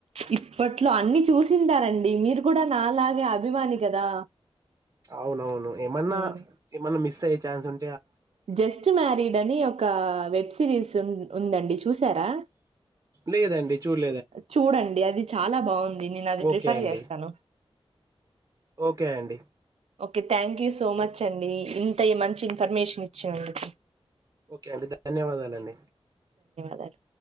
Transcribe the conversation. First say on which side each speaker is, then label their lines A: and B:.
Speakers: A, on the right; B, on the right.
A: ఇప్పట్లో అన్ని చూసింటారన్ డి మీరు కూడా నా లాగే అభిమాని కదా
B: అవునవును ఏమన్నా
A: ఉమ్
B: ఏమన్నా మిస్ అయ్యే చాన్స్ ఉం
A: జస్ట్ మ్యారీడ్ అని ఒక వెబ్ సిరీస్ ఉన్ ఉందండి చూసారా?
B: లేదండి చూల్
A: చూడండి. అది చాలా బావుంది నేనది
B: ఓకే
A: ప్రిఫర్
B: అండి
A: చేస్తాను.
B: ఓకే అండి
A: okay thank you so much అండి ఇంత ఇ మంచి ఇన్ఫర్మేషన్ ఇచ్చినందుకు
B: ఒకే అండి, ధన్యవాదాలండి.
A: గర్ల్